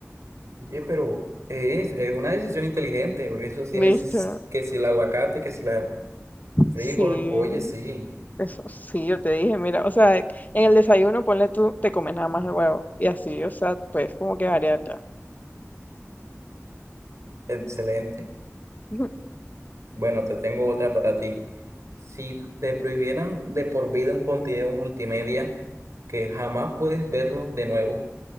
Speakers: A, on the right; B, on the left.
A: Oye, pero eh, es, es una decisión inteligente, porque eso sí neces-
B: ¿Viste?
A: que si el aguacate, que si la frijol,
B: Sí,
A: oye, sí,
B: eso sí, yo te dije, mira, o sea, en el desayuno ponle tú, te comes nada más el huevo y así, o sea, pues como que variar ya.
A: excelente.
B: <laughs>
A: Bueno, te tengo otra para ti. Si te prohibieran de por vida un contenido multimedia que jamás puedes verlo de nuevo